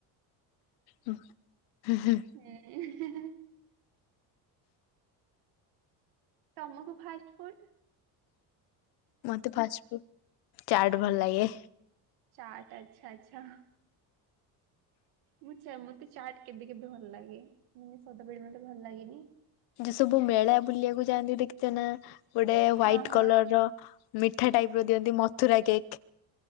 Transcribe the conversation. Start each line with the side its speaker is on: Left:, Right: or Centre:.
Left: ହୁଁ ହୁଁ।
Right: <unintelligible> ତମକୁ ଫାଷ୍ଟ ଫୁଡ଼୍?
Left: ମତେ ଫାଷ୍ଟ ଫୁଡ ଚାଟ ଭଲ ଲାଗେ।
Right: ଚାଟ୍ ଆଚ୍ଛା ଆଚ୍ଛା। ମୁଁ ଚା ମତେ ଚାଟ କେବେ କେବେ ଭଲ ଲାଗେ ମାନେ ସଦାବେଳେ ମତେ ଭଲ ଲାଗେନି।
Left: ଯେ ସବୁ ମେଳା ବୁଲିବାକୁ ଯାଆନ୍ତି ଦେଖିତ ନା! ଗୋଟେ ହୁଆଇଟ୍
Right: ହଁ ହଁ
Left: କଲର ର ମିଠା ଟାଇପ ର ଦିଅନ୍ତି ମଥୁରା କେକ୍।